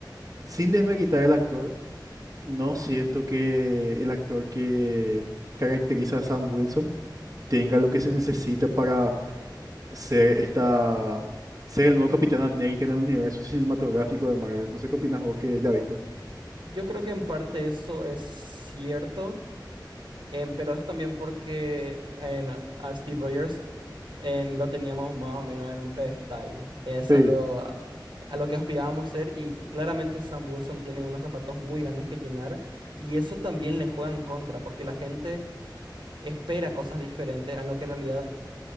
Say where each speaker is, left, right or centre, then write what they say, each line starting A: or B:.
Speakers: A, on the right; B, on the right.
A: sin desmeritar el actor, no siento que el actor que caracteriza a Sam Wilson tenga lo que se necesita para ser esta, ser el nuevo Capitán América en el universo cinematográfico de Marvel. No sé qué opinas vos que ya viste.
B: Yo creo que en parte eso es cierto, em, pero es también porque en, a Steve Rogers en, lo teníamos más o menos en un pedestal. Es
A: Sí,
B: a lo, a lo que aspirábamos ser y claramente Sam Wilson tiene unos zapatos muy grandes que llenar y eso también le juega en contra porque la gente espera cosas diferentes a lo que en realidad